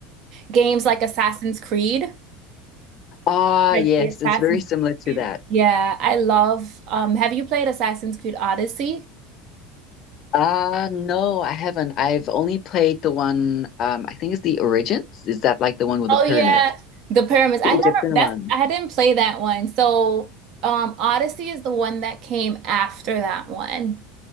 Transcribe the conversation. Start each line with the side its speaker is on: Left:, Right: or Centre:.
Right: games like Assassin's Creed,
Left: Ah,
Right: like
Left: yes,
Right: the Assassin's
Left: it's very similar
Right: Creed.
Left: to that.
Right: game. Yeah, I love um have you played Assassin's Creed Odyssey?
Left: Ah, no, I haven't. I've only played the one, um, I think it's the Origins. Is that like the one with
Right: Oh
Left: the pyramid?
Right: yeah, the pyramids.
Left: The
Right: I never
Left: Egyptian
Right: that's
Left: one.
Right: I didn't play that one. So um Odyssey is the one that came after that one.